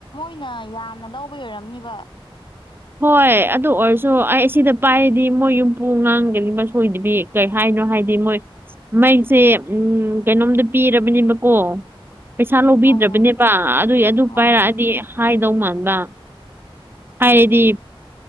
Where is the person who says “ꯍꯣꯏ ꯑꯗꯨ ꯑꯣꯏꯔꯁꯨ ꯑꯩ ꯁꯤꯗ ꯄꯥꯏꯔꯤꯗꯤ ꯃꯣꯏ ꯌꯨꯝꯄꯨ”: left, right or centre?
Right